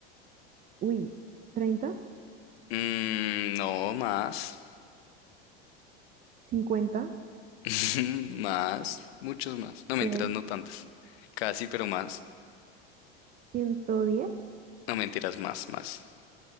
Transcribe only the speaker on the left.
Mm, no más.
<laughs> Más. Muchos más. No mentiras,
no tantas. Casi pero más.
No mentiras, más, más.